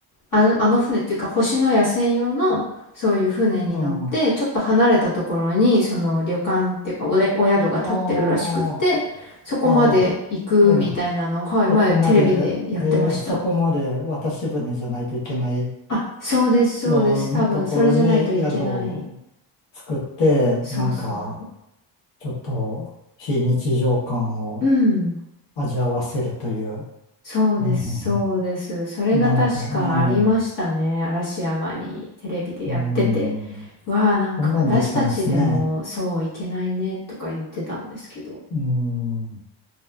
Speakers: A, on the left (about 50°); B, on the left (about 85°).
A: あの、あの船っていうか、星のや専用の、そういう船に乗って、
B: うん、あ
A: ちょっと離れたところに、その旅館っていうかおで、お宿が建ってるらしくって、
B: あ、
A: そこまで行くみたいなのを、
B: ああ、そうなん
A: はい、
B: そこまで、
A: 前テレビでやってました。
B: えーそこまで渡し船じゃないといけない
A: あ、そうです、そうです。
B: ようなところに宿を
A: 多分、それじゃないといけない。
B: 作って、
A: そうそう。
B: なんか、ちょっと非日常感を
A: うん。
B: 味わわせるという、
A: そうです、
B: うんうんうん
A: そうです。それが確かありましたね。
B: なんか、ええ
A: 嵐山にテレビでやってて。
B: うん、
A: わあ、なんか私たちでもそういけないねとか言ってたんですけど、
B: こんなんできたんですね。うん、